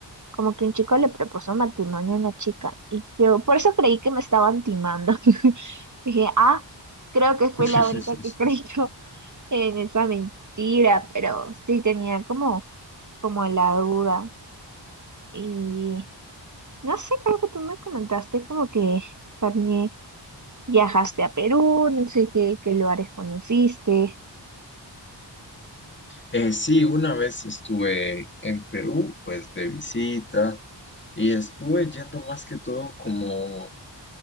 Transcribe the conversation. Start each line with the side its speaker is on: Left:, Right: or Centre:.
Right: como que un chico le propuso matrimonio a una chica y yo por eso creí que me estaban timando. <laughs> Dije, ah, creo que fue
Left: <laughs>
Right: la única que <laughs> creyó en esa mentira, pero sí tenía como, como la duda y no sé, creo que tú me comentaste como que también viajaste a Perú, no sé qué, qué lugares conociste.
Left: Eh, sí, una vez estuve en Perú, pues de visita y estuve yendo más que todo como...